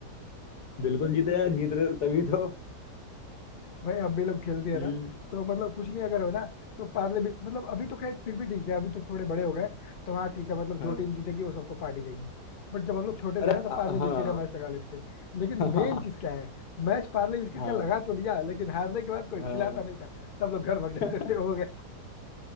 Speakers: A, on the left; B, on the left.
A: बिल्कुल जीते यार जीत रहे थे तभी तो
B: भाई हम भी लोग खेलते हैं
A: हम्म
B: ना तो मतलब कुछ नहीं अगर हो ना तो पार्ले भी मतलब अभी तो खैर फिर भी ठीक है अभी तो थोड़े बड़े हो गए तो हाँ ठीक है मतलब
A: हाँ
B: जो टीम जीतेगी वो सबको पार्टी देगी बट जब हम लोग छोटे
A: अरे
B: थे ना तो पार्ले
A: आ-
B: बिस्किट
A: हाँ
B: का मैच लगा लेते थे लेकिन
A: <laughs>
B: मेन चीज क्या है मैच पार्ले बिस्किट
A: हाँ
B: का लगा तो लिया लेकिन हारने के बाद कोई
A: हाँ
B: खिलाता नहीं था सब लोग घर भाग
A: <laughs>
B: जाते थे हो गए